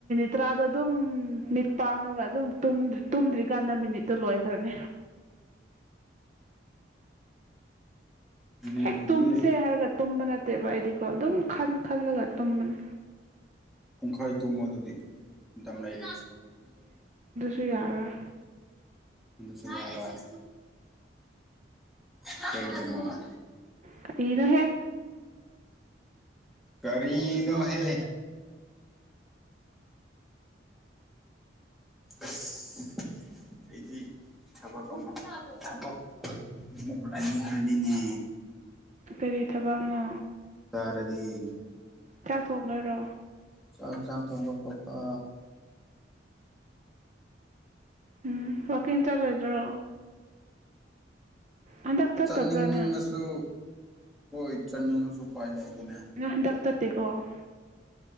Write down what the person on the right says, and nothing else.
ꯇꯔꯥꯗꯣ ꯑꯗꯨꯝ ꯃꯤꯠ ꯄꯥꯡꯉꯒ ꯑꯗꯨꯝ ꯇꯨꯝꯗ꯭ꯔꯤ ꯇꯨꯝꯗ꯭ꯔꯤꯀꯥꯟꯗ ꯃꯤꯅꯤꯠꯇꯣ ꯂꯣꯏꯈ꯭ꯔꯅꯤ
ꯍꯦꯛ
ꯇꯨꯝꯁꯦ ꯍꯥꯏꯔꯒ ꯇꯨꯝꯕ ꯅꯠꯇꯦꯕ ꯑꯩꯗꯤꯀꯣ ꯑꯗꯨꯝ ꯈꯟ ꯈꯜꯂꯒ ꯇꯨꯝꯕꯅꯤ
ꯇꯨꯌꯥꯔꯣꯏ
ꯀꯔꯤꯅꯣꯍꯦ
ꯀꯔꯤ ꯊꯕꯛꯅꯣ
ꯆꯥꯛ ꯊꯣꯡꯗꯣꯏꯔꯣ
ꯎꯝ ꯋꯥꯀꯤꯡ ꯆꯠꯂꯣꯏꯗ꯭ꯔꯣ ꯍꯟꯗꯛ ꯆꯠꯇꯕ꯭ꯔꯥ
ꯅꯪ
ꯅꯪ ꯍꯟꯗꯛ ꯆꯠꯇꯦꯀꯣ